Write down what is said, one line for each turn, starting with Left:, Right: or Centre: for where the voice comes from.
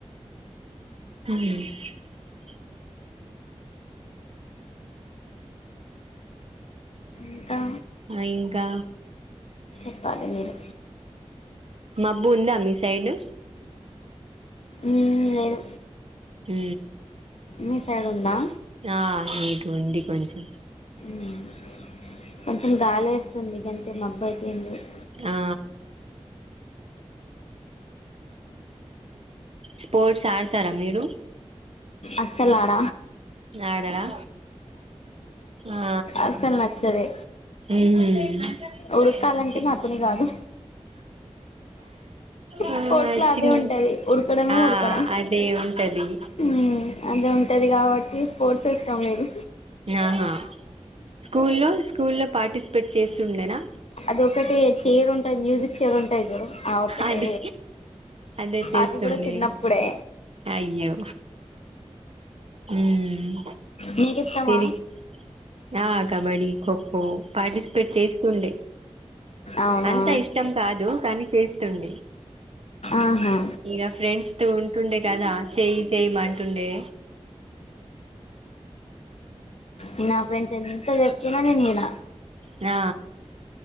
Right: ఉహ్
Left: ఇంకా
Right: ఆ ఇంకా
Left: చెప్పాలి మీరు
Right: మబ్బు ఉందా మీ సైడ్
Left: మ్మ్ లేదు
Right: ఊ
Left: మీ సైడు ఉందా
Right: ఆ ఇటు ఉంది కొంచెం
Left: మ్మ్ కొంచెం గాలి వేస్తుంది గంతే మబ్బు అయితే ఎం లేదు
Right: ఆ స్పోర్ట్స్ ఆడతారా మీరు
Left: అసలు ఆడ
Right: ఆడరా ఆ
Left: అసలు నచ్చదు
Right: ఉమ్
Left: ఉరకాలంటే
Right: చి
Left: నాతోని కాదు
Right: ఆ
Left: స్పోర్ట్స్ లో
Right: చిన్
Left: అదే ఉంటది ఉరకడమే
Right: ఆ
Left: ఉరకడం
Right: అదే ఉంటది
Left: ఉ అదే ఉంటది ఉంటది కాబట్టి స్పోర్ట్స్ ఎ ఇష్టం లేదు
Right: ఆహా స్కూల్లో స్కూల్లో పార్టిసిపేట్ చేస్తుండేనా
Left: అది ఒకటె చైర్ ఉంటది మ్యూజిక్ చైర్ ఇద్దరూ ఆ ఒకటే
Right: అదే అదే చేస్తుండే
Left: అది కూడా చిన్నప్పుడే
Right: అయ్యో మ్మ్
Left: నీకి ఇష్టమా
Right: తిరిగి ఆ కబడ్డీ ఖోఖో పార్టిసిపేట్ చేస్తుండే
Left: అవునా
Right: అంతా ఇష్టం కా కాదు కానీ చేస్తుండే
Left: ఆహా
Right: ఇగ ఫ్రెండ్స్ తో ఉంటుండే కదా చేయి చేయ్యమంటుండే
Left: ఊ నా ఫ్రెండ్స్ ఎంత చెప్పిన నేను విన
Right: ఆ